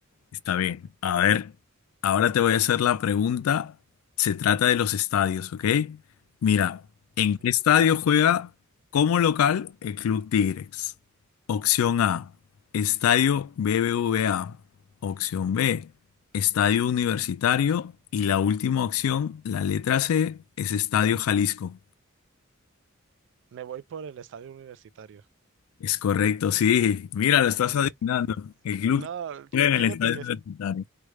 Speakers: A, on the left; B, on the right.
A: Está bien. A ver, ahora te voy a hacer la pregunta. Se trata de los estadios, ¿ok? Mira, ¿en
B: Ujú.
A: qué estadio juega como local el Club Tigres? Opción A, Estadio BBVA. Opción B, Estadio Universitario. Y la última opción, la letra C, es Estadio Jalisco.
B: Me voy por el estadio universitario.
A: Es correcto, sí. Mira, lo estás
B: Eh,
A: adivinando. El club
B: no,
A: juega en
B: fíjate
A: el Estadio
B: que
A: Universitario.